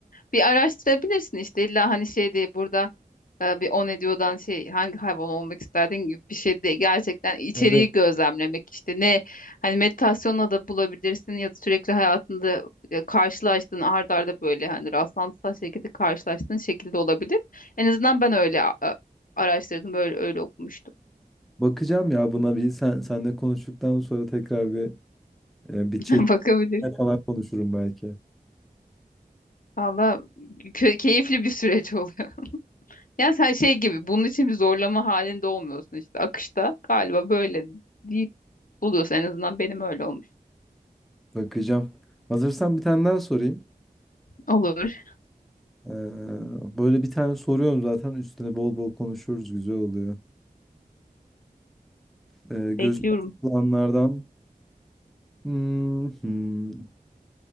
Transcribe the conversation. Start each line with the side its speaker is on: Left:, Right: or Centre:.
Left: Bir araştırabilirsin işte illa hani şey değil burada e, bir on ediyordan şey hangi hayvan olmak isterdin gibi bir şey değil. Gerçekten içeriği
Centre: Böyle
Left: gözlemlemek işte ne hani meditasyonla da bulabilirsin ya da sürekli hayatında e, karşılaştığın art arda böyle hani rastlantısal şekilde karşılaştığın şekilde olabilir. En azından ben öyle a- a- araştırdım böyle öyle okumuştum.
Centre: bakacağım ya buna bir sen senle konuştuktan sonra tekrar bir e, bir
Left: <laughs>
Centre: chat
Left: Bakabilir.
Centre: falan konuşurum belki.
Left: Valla kö- keyifli bir süreç oluyor. Yani sen şey gibi bunun için bir zorlama halinde olmuyorsun işte akışta galiba böyle değil buluyorsun en azından benim öyle olmuş.
Centre: Bakacağım. Hazırsan bir tane daha sorayım.
Left: Olur.
Centre: Ee, böyle bir tane soruyorum zaten üstüne bol bol konuşuruz güzel oluyor. Ee, gözüme
Left: Bekliyorum.
Centre: takılanlardan. Hmm, hmm.